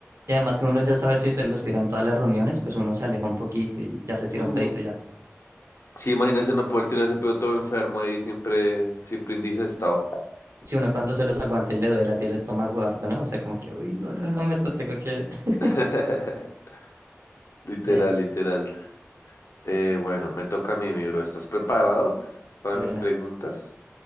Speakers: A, on the right; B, on the left.
A: Y además que uno ya sabe si se los tiran todas las reuniones, pues uno se aleja un poquito y ya se tira
B: Mm.
A: un pedito y ya.
B: Sí, imagínese no poder tirar ese pedo todo enfermo ahí, siempre, siempre indigestado.
A: Si uno cuando se los aguanta y le duele así el estómago harto, ¿no? O sea, como que, uy, no, no, no me tengo que... <laughs>
B: <laughs> Literal,
A: Ven,
B: literal. Eh, bueno, me toca a mí, mi bro. ¿Estás preparado para
A: de
B: mis
A: una.
B: preguntas?